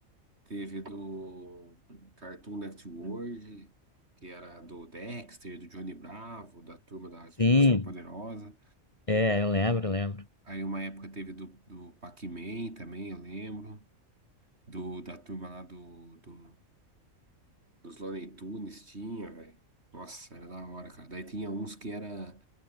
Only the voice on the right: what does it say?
Teve do Cartoon Network, que era do Dexter, do Johnny Bravo, da Turma das
Meninas Superpoderosas.
Aí uma época teve do, do Pac-Man também, eu lembro. Do, da turma lá do, do Dos Looney Tunes tinha, velho. Nossa, era da hora, cara. Daí tinha uns que era,